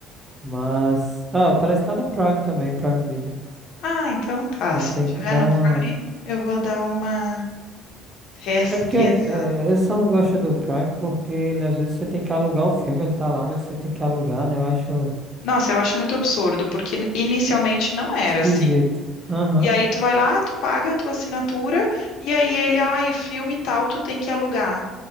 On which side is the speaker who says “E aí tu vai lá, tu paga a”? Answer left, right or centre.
Left